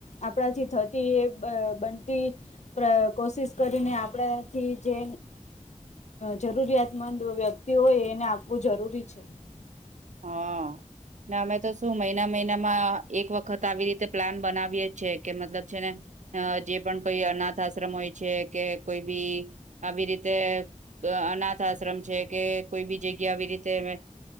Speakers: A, on the left; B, on the right.
A: આપણાથી થતી એ બનતી કોશિશ કરીને આપણાથી જે જરૂરિયાતમંદ વ્યક્તિ હોય એને આપવું જરૂરી છે
B: હા ને અમે તો શું મહિના, મહિનામાં એક વખત આવી રીતે પ્લાન બનાવીએ છે કે મતલબ છે ને જે પણ કોઈ અનાથ આશ્રમ હોય છે, કે કોઈ બી આવી રીતે અનાથ આશ્રમ છે કે કોઈ બી જગ્યા આવી રીતે અ,